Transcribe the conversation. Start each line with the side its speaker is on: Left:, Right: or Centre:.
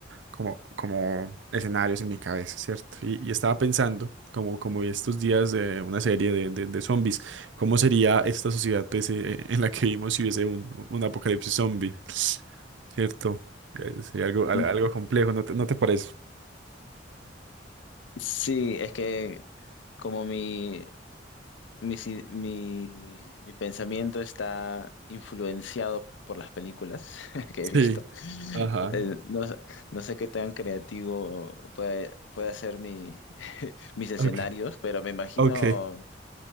Right: como, como escenarios en mi cabeza, ¿cierto? Y, y estaba pensando, como, como vi estos días de una serie de, de, de zombies, ¿cómo sería esta sociedad pues, eh, <laughs> en la que vivimos si hubiese un, un apocalipsis zombie, ¿cierto? Eh, Sería algo, al-
Left: N-
Right: algo complejo, ¿no te, no te parece?
Left: Sí, es que como mi, mi, si- mi, mi pensamiento está influenciado por las películas <laughs> que he visto,
Right: Sí. Ajá.
Left: eh, no, s- no sé qué tan creativo puede, puede ser mi, <laughs> mis escenarios,
Right: Ok.
Left: pero me imagino
Right: Ok.